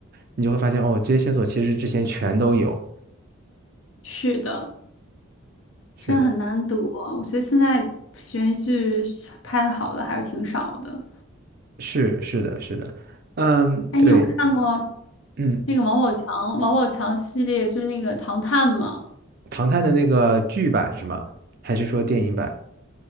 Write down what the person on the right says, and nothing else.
你就会发现哦，这些线索其实之前全都有。
是的。
是是的，是的，嗯，
对，
嗯，
唐探的那个剧版是吗？还是说电影版？